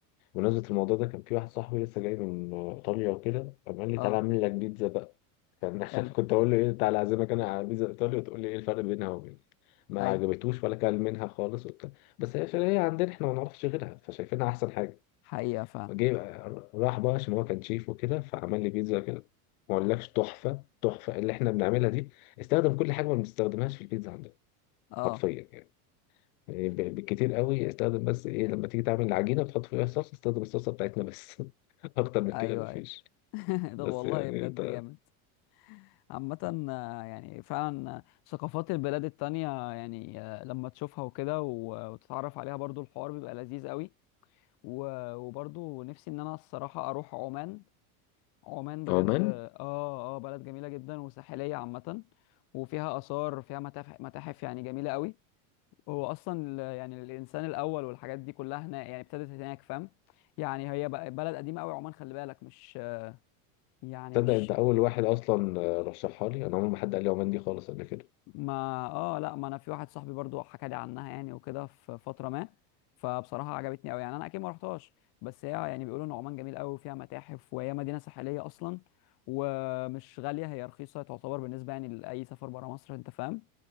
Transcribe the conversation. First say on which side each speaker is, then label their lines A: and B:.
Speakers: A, on the left; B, on the left.
A: بمناسبة الموضوع ده كان في واحد صاحبي لسه جاي من آه، ايطاليا وكده قام قال لي
B: اه
A: تعالى اعمل لك بيتزا بقى كان
B: حلو
A: <laughs> كنت اقول له ايه تعالى اعزمك انا على بيتزا ايطاليا وتقول لي ايه الفرق بينها وبين ما
B: ايوه
A: عجبتوش ولا كان منها خالص وبتاع بس هي عشان هي عندنا احنا ما نعرفش غيرها فشايفينها احسن حاجة
B: حقيقه فعلا
A: جاي آه، راح بقى عشان هو كان شيف وكده فعمل لي بيتزا كده ما اقولكش تحفة تحفة اللي احنا بنعملها دي استخدم كل حاجة ما بنستخدمهاش في البيتزا
B: اه
A: حرفيا يعني يعني ب- بالكتير قوي استخدم بس ايه لما تيجي تعمل العجينه وتحط فيها الصلصه استخدم الصلصه بتاعتنا بس <laughs> اكتر من
B: ايوه
A: كده مفيش
B: ايوه <laughs>
A: بس
B: طب والله
A: يعني
B: بجد
A: انت
B: جامد عامة آه، يعني فعلا آه، ثقافات البلاد التانية يعني آه، لما تشوفها وكده و- وتتعرف عليها برضو الحوار بيبقى لذيذ قوي و- وبرضو نفسي ان انا الصراحة اروح عمان عمان بجد
A: عمان
B: اه اه بلد جميلة جدا وساحلية عامة وفيها آثار فيها متاحف متاحف يعني جميلة قوي هو أصلا ال- يعني الإنسان الأول والحاجات دي كلها هناك يعني ابتدت هناك فاهم يعني هي ب- بلد قديمة قوي عمان خلي بالك مش يعني
A: تصدق
B: مش
A: انت اول واحد اصلا رشحها لي انا عمري ما حد قال لي عمان دي خالص قبل كده
B: ما اه لا ما انا في واحد صاحبي برضو حكى لي عنها يعني وكده في فتره ما فبصراحه عجبتني قوي يعني انا اكيد ما رحتهاش بس هي يعني بيقولوا ان عمان جميل قوي وفيها متاحف وهي مدينه ساحليه اصلا ومش غاليه هي رخيصه تعتبر بالنسبه يعني لاي سفر بره مصر انت فاهم